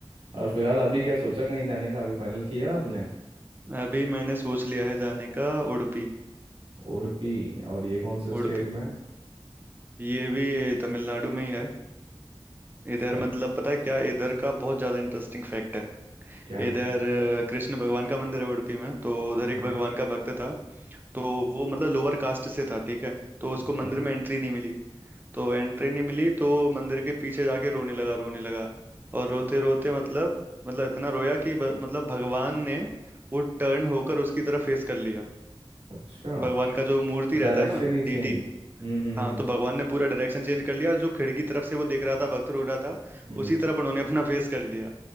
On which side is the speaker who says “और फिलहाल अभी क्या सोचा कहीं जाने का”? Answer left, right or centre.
Right